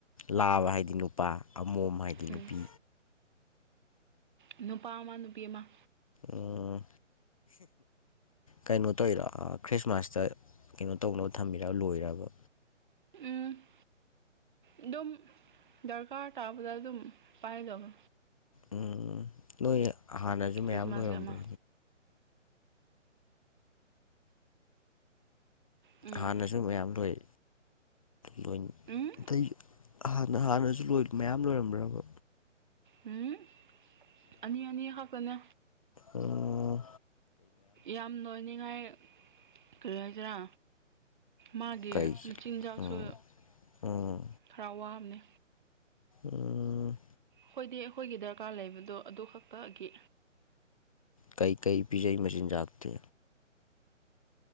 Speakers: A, on the left (about 25°); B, on the right (about 40°).
A: ꯂꯥꯕ ꯍꯥꯏꯗꯤ ꯅꯨꯄꯥ ꯑꯃꯣꯝ ꯍꯥꯏꯗꯤ
B: ꯎꯝ
A: ꯅꯨꯄꯤ
B: ꯅꯨꯄꯥ ꯑꯃ ꯅꯨꯄꯤ ꯑꯃ
A: ꯎꯝ ꯀꯩꯅꯣ ꯇꯧꯤꯔ ꯈ꯭ꯔꯤꯁꯃꯥꯁꯇ ꯀꯩꯅꯣ ꯇꯧꯅꯕ ꯊꯝꯕꯤꯔ ꯂꯣꯏꯔꯕ
B: ꯎꯝ ꯑꯗꯨꯝ ꯗꯔꯀꯥꯔ ꯇꯥꯕꯗ ꯑꯗꯨꯝ ꯄꯥꯏꯗꯕ
A: ꯎꯝ ꯅꯣꯏ ꯍꯥꯟꯅꯁꯨ ꯃꯌꯥꯝ
B: ꯈ꯭ꯔꯤꯁꯃꯥꯁꯀꯤ
A: ꯂꯣꯏꯔꯝꯕ꯭ꯔꯥ
B: ꯑꯃ ꯎꯝ
A: ꯍꯥꯟꯅꯁꯨ ꯃꯌꯥꯝ ꯂꯣꯢ ꯂꯣꯏ
B: ꯎꯝ
A: ꯑꯇꯩ ꯍꯥꯟꯅ ꯍꯥꯟꯅꯁꯨ ꯂꯣꯢ ꯃꯌꯥꯝ ꯂꯣꯏꯔꯝꯕ꯭ꯔꯕ
B: ꯎꯝ ꯑꯅꯤ ꯑꯅꯤ ꯍꯥꯀꯅꯦ
A: ꯑꯣ
B: ꯌꯥꯝ ꯂꯣꯏꯅꯤꯡꯉꯥꯏ ꯀꯔꯤ ꯍꯥꯏꯗꯔꯥ ꯃꯥꯒꯤ
A: ꯀꯩ
B: ꯃꯆꯤꯟꯖꯥꯛꯁꯨ
A: ꯎꯝ ꯎꯝ
B: ꯈꯔ ꯋꯥꯕꯅꯦ
A: ꯎꯝ
B: ꯍꯣꯏꯗꯤ ꯑꯩꯈꯣꯏꯒꯤ ꯗꯔꯀꯥꯔ ꯂꯩꯕꯗꯣ ꯑꯗꯨ ꯈꯛꯇꯒꯤ
A: ꯀꯩ ꯀꯩ ꯄꯤꯖꯏ ꯃꯆꯤꯟ ꯖꯥꯛꯇꯤ